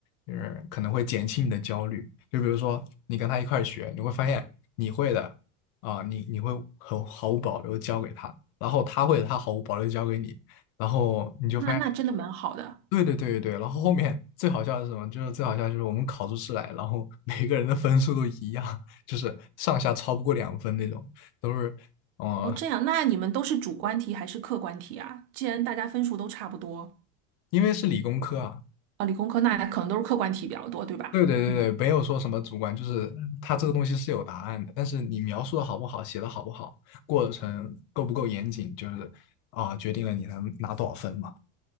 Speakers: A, on the left; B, on the right.
A: 就是可能会减轻你的焦虑。就比如说你跟他一块儿学，你会发现你会的啊、你你会很毫无保留地教给他，然后他会的他毫无保留地教给你，然后你就发现。
B: <laughs> 那那真的蛮好的。
A: 对对对对对，然后后面最好笑的是什么？就是最好笑就是我们考出试来，然后 <laughs> 每个人的分数都一样，就是上下超不过两分那种，都是，呃，
B: 哦，这样，那你们都是主观题还是客观题啊？既然大家分数都差不多，
A: 因为是理工科啊，
B: 啊，理工科那可能都是客观题比较多，对吧？
A: 对对对对，
B: 嗯
A: 没有说什么主观，就是它这个东西是有答案的，但是你描述的好不好，写的好不好，过程够不够严谨，就是啊、决定了你能拿多少分嘛。